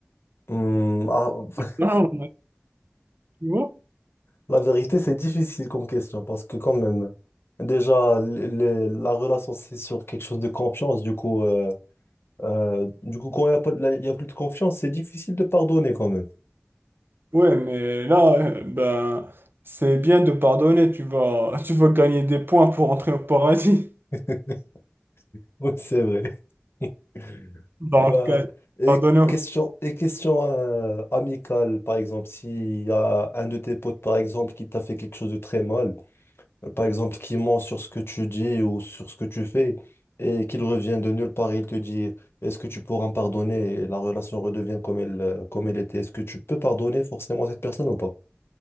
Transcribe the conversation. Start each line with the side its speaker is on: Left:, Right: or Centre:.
Left: Hmm, ah, <laughs>
Right: Non, tu vois?
Left: la vérité, c'est difficile comme question parce que quand même, déjà, les- les- la relation, c'est sur quelque chose de confiance. Du coup, euh, euh, du coup, quand il n'y a pas, de- il y a plus de confiance, c'est difficile de pardonner quand même.
Right: Ouais, mais là, euh, ben, c'est bien de pardonner, tu vas, <laughs> tu vas gagner des points pour entrer au paradis.
Left: <laughs> Oui, c'est vrai. <laughs>
Right: <laughs> Donc,
Left: Bah,
Right: euh,
Left: et
Right: pardonner,
Left: question, et question euh, amicale, par exemple, s'il y a un de tes potes, par exemple, qui t'a fait quelque chose de très mal, euh, par exemple, qui ment sur ce que tu dis ou sur ce que tu fais, et qu'il revient de nulle part, il te dit, est-ce que tu pourras me pardonner? Et la relation redevient comme elle, euh, comme elle était. Est-ce que tu peux pardonner forcément cette personne ou pas?